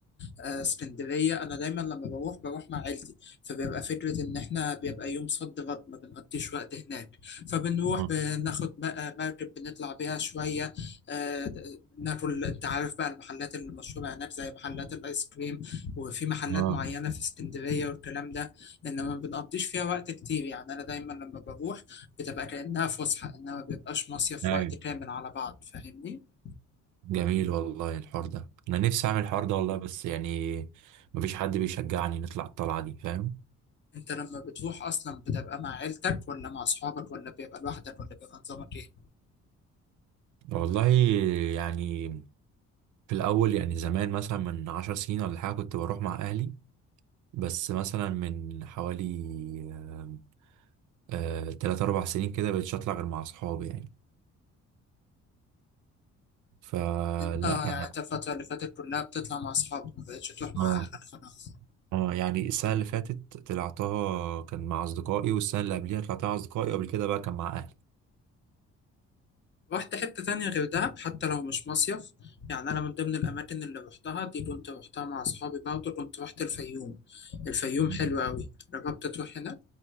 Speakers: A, on the left; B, on the right.
A: آه، اسكندريه انا دايما لما بروح بروح مع عيلتي فبيبقى فكره ان احنا بيبقى يوم صد رد ما بنقضيش وقت هناك فبنروح
B: اه
A: بناخد م- آه، مركب بنطلع بيها شويه آه، ناكل انت عارف بقى المحلات اللي مشهوره هناك زي محلات الايس كريم وفي محلات
B: اه
A: معينه في اسكندريه والكلام ده انما ما بنقضيش فيها وقت كتير يعني انا دايما لما بروح بتبقى كانها فسحه انما ما بيبقاش مصيف
B: ايوه
A: وقت كامل على بعض فاهمني
B: جميل والله الحوار ده انا نفسي اعمل الحوار ده والله بس يعني مفيش حد بيشجعني نطلع الطلعه دي فاهم
A: انت لما بتروح اصلا بتبقى مع عيلتك ولا مع اصحابك ولا بيبقى لوحدك ولا بيبقى نظامك ايه
B: والله يعني في الاول يعني زمان مثلا من عشر سنين ولا حاجه كنت بروح مع اهلي بس مثلا من حوالي آه آه، تلات اربع سنين كده بقيتش اطلع غير مع اصحابي يعني فلا
A: يعني انت- اه
B: يعني
A: يعني انت الفترة اللي فاتت كلها بتطلع مع اصحابك ما بقتش تروح مع
B: اه
A: اهلك خلاص
B: اه يعني السنه اللي فاتت طلعتها كان مع اصدقائي والسنه اللي قبليها طلعتها مع اصدقائي وقبل كده بقى كان مع
A: رحت حتة تانية غير دهب حتى لو مش مصيف يعني أنا من ضمن الأماكن اللي روحتها دي كنت روحتها مع أصحابي برضه كنت روحت الفيوم الفيوم
B: اهلي
A: حلوة أوي جربت تروح هناك؟